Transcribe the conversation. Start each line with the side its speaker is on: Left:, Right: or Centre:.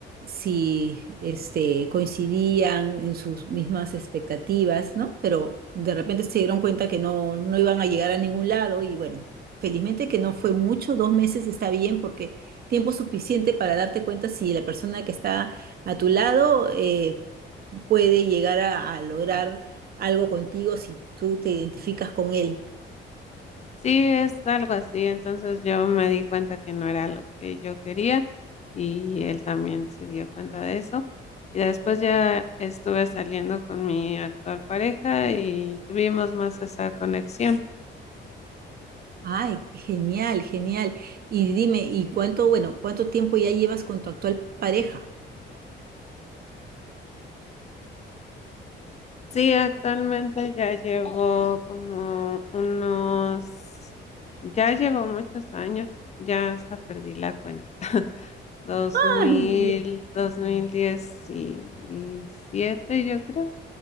Right: si este, coincidían en sus mismas expectativas, ¿no? Pero de repente se dieron cuenta que no, no iban a llegar a ningún lado y bueno, felizmente que no fue mucho, dos meses está bien porque tiempo suficiente para darte cuenta si la persona que está a tu lado eh, puede llegar a, a lograr algo contigo si tú te identificas con él.
Left: Sí, es algo así. Entonces yo me di cuenta que no era lo que yo quería y él también se dio cuenta de eso. Y después ya estuve saliendo con mi actual pareja y tuvimos más esa conexión.
Right: Ay, genial, genial. Y dime, ¿y cuánto, bueno, cuánto tiempo ya llevas con tu actual pareja?
Left: Sí, actualmente ya llevo como unos, ya llevo muchos años, ya hasta perdí la cuenta. <laughs> Dos
Right: Ah,
Left: dos mil,
Right: no, mira.
Left: dos mil diecisiete, yo creo.